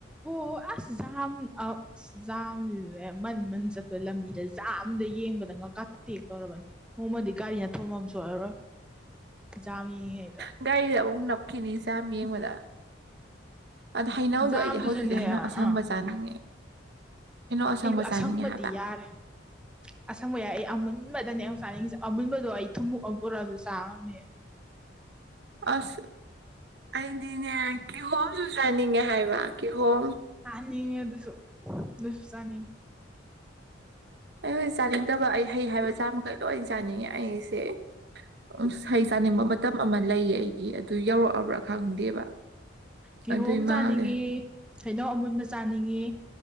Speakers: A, in the centre; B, on the right.
A: ꯑꯣ ꯑꯁꯖꯝ ꯑ ꯑꯖꯝ ꯃꯟ ꯃꯟ ꯆꯠꯄ ꯂꯝꯕꯤꯗ ꯆꯥꯝꯗ ꯌꯦꯡꯕꯗ ꯉꯀꯥ ꯇꯦꯛ ꯇꯧꯔꯕꯅꯤ ꯅꯣꯡꯃꯗꯤ ꯒꯥꯔꯤ ꯊꯨꯝꯝꯁꯨꯔꯣꯏ ꯌꯥꯝꯥꯃꯤꯉꯩꯗ
B: ꯒꯥꯔꯤꯗ ꯑꯃꯨꯛ ꯅꯞꯈꯤꯅꯤ ꯆꯥꯝ ꯌꯦꯡꯕꯗ ꯑꯗ ꯍꯩꯅꯧꯗꯣ
A: ꯖꯥꯝꯗꯨꯁꯨꯅꯦ
B: ꯑꯩꯗꯤ ꯍꯧꯖꯤꯛꯁꯦ ꯍꯩꯅꯧ
A: ꯑꯥ
B: ꯑꯁꯪꯕ ꯆꯥꯅꯤꯡꯉꯦ ꯍꯩꯅꯧ ꯑꯁꯪꯕ
A: ꯑꯩꯕꯨ
B: ꯆꯥꯅꯤꯡꯉꯦ
A: ꯑꯁꯪꯕꯗꯤ
B: ꯍꯥꯏꯕ
A: ꯌꯥꯔꯦ ꯑꯁꯪꯕ ꯌꯥꯏ ꯑꯩꯟ ꯨꯟꯕꯗꯅꯦ ꯑꯩꯛ ꯆꯥꯅꯤꯡꯉꯁꯦ ꯑꯃꯨꯟꯕꯗꯣ ꯑꯩ ꯊꯨꯝꯃꯨꯣꯛ ꯑꯃ ꯄꯨꯔꯛꯑꯁꯨ ꯆꯥꯝꯃꯦ
B: ꯑꯁ ꯑꯩꯗꯤꯅꯦ ꯀꯤꯍꯣꯝꯁꯨ ꯆꯥꯅꯤꯡꯉꯦ ꯍꯥꯏꯕ ꯇꯩ ꯍꯣꯜ
A: ꯅꯅꯦ ꯑ ꯑꯗꯨꯁꯨ ꯂꯁꯅꯤ
B: ꯑꯩ ꯍꯧꯖꯤꯛ ꯆꯥꯅꯤꯡꯗꯕ ꯑꯩ ꯍꯩ ꯍꯥꯏꯕ ꯆꯥꯃꯩ ꯂꯣꯏ ꯆꯥꯅꯤꯡꯉꯦ ꯑꯩꯁꯦ ꯎ ꯍꯩ ꯆꯥꯅꯤꯡꯕ ꯃꯇꯝ ꯑꯃ ꯂꯩꯌꯦ ꯑꯩꯒꯤ ꯑꯗꯨ ꯌꯧꯔꯛꯑꯕ꯭ꯔꯥ ꯈꯪꯗꯦꯕ
A: ꯀꯤꯍꯣꯝ
B: ꯑꯗꯨꯏ
A: ꯆꯥꯅꯤꯡꯉꯤ
B: ꯃꯥꯜꯂꯦ
A: ꯍꯥꯏꯩꯅꯧ ꯑꯃꯨꯟꯕꯁꯦ ꯆꯥꯅꯤꯡꯉꯦ